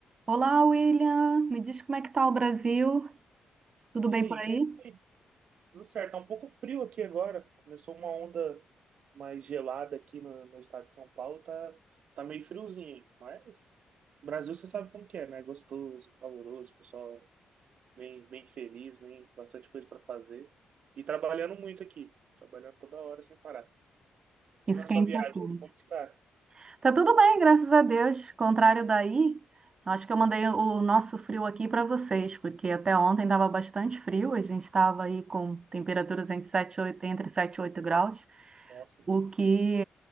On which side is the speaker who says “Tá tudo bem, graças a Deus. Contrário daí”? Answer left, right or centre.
Right